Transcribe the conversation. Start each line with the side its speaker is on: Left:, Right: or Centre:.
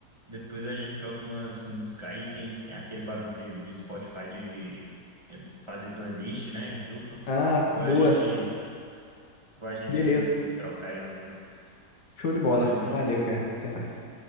Right: Depois a gente troca umas músicas aí, tem, tem aquele bagulho de, do Spotify de eh, fazer playlist, né? em Dupla.
Left: Ah,
Right: Depois
Left: boa.
Right: a gente, depois a gente
Left: Beleza.
Right: se troca aí umas músicas.
Left: Show de bola.
Right: Valeu aí.
Left: Valeu, cara. Até mais.